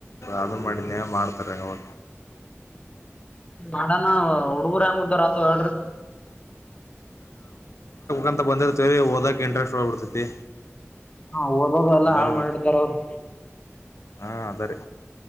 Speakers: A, on the left (about 85°); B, on the left (about 25°).
A: ಅದು ಮಾಡಿದನನೆ ಮಾಡ್ತಾರಂಗ ಅವ
B: ಮಾಡನಾ ಹಡುಗುರಂಗ ಉದ್ದರತ ಎಡ್ರ
A: ಅಂತ ಬಂದಿ ಹದ ಇಂಟ್ರೆಸ್ಟ್ ಹ್ಬಿಡ್ತೈತಿ
B: ಹಾ ಓದೋದ ಎಲ್ಲ
A: ಅಂದಾರೆೆ
B: ಹಾಳ ಮಾಡಿರ್ತಾರ
A: ಮತ್ತ
B: ಅವ್ರು
A: ಹಾ ಅದಾರೆ